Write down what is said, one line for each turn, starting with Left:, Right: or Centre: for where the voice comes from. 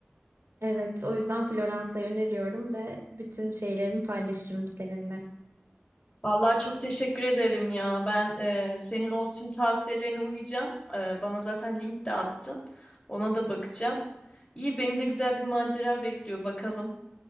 Right: Evet, o yüzden Floransa'yı öneriyorum ve bütün şeylerimi paylaşırım seninle.
Left: Vallahi çok teşekkür ederim ya. Ben e, senin o tüm tavsiyelerine uyacağım. E, bana zaten link de attın. Ona da bakacağım. İyi, beni de güzel bir macera bekliyor. Bakalım.